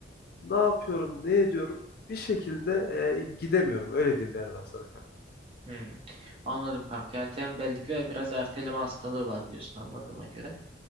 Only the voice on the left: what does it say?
ne yapıyorum, ne ediyorum? Bir şekilde e, gidemiyorum. Öyle diyeyim yani ben sana kanka.